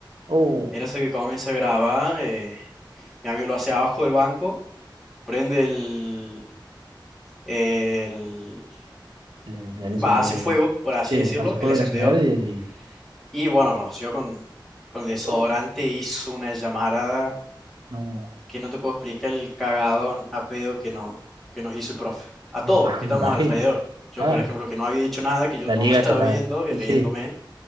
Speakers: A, on the right (about 70°); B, in the centre.
A: Oh,
B: En eso que comienza a grabar, eh, mi amigo lo hace abajo del banco, prende el, el-
A: el, en- el
B: va,
A: encen-
B: hace
A: el en-
B: fuego, por así
A: sí,
B: decirlo,
A: hace fuego
B: el encendedor.
A: el encendedor y, y-
B: Y bueno, roció con, con desodorante,
A: oh,
B: hizo una llamarada
A: no,
B: que no te puedo explicar el cagadón a pedo que, no, que nos hizo el profe. A todos
A: me, ima-
B: los que
A: <laughs> me
B: estamos
A: imagino.
B: alrededor. Yo,
A: Claro,
B: por ejemplo, que no había dicho nada, que yo
A: la
B: no
A: ligaste
B: me <laughs> estaba
A: también.
B: viendo y
A: Sí,
B: riéndome.
A: sí,